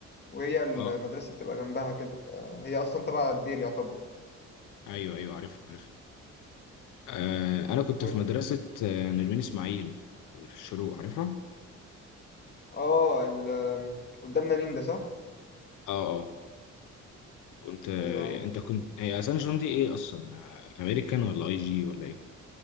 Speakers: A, on the left (about 35°); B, on the left (about 85°).
A: وهي المدرسه
B: اه
A: بتبقى جنبها كده آه، هي اصلا تبع الدير يعتبر
B: ايوه ايوه عارف عارف آه انا كنت
A: وال-
B: في مدرسة آه، نرمين اسماعيل اللي في الشروق عارفها؟
A: اه ال... آم، قدامنا نين ده صح
B: اه اه كنت آه،
A: ايوه عارف
B: انت كنت هي سان جيرمان دي ايه اصلا؟ آه، امريكان ولا اي جي ولا ايه؟